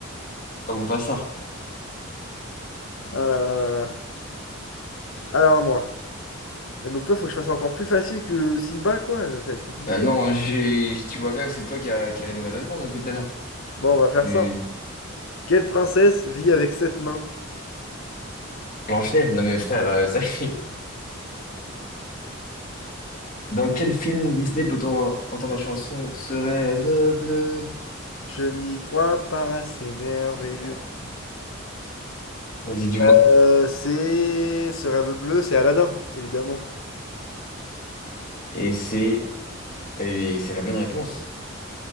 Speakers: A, on the left (about 40°); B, on the left (about 70°).
A: Pas Mufasa.
B: Ah là là là là. Alors à moi. Et donc toi, faut que je fasse encore plus facile que Simba, quoi. Ça, ça va être compliqué.
A: Euh, non, j'ai, tu vois bien que c'est toi qui as qui a les mauvaises réponses depuis tout à l'heure.
B: Bon, on va faire
A: Tu...
B: ça. Quelle princesse vit avec sept nains?
A: Blanche-Neige, non mais frère, euh, ça, <laughs> Dans quel film Disney peut-on entendre la chanson Ce rêve bleu?
B: Je n'y crois pas, c'est merveilleux.
A: Merde. Vas-y, dis-moi.
B: Euh, c'est ce rêve bleu, c'est Aladdin, évidemment.
A: Et c'est et c'est la bonne réponse.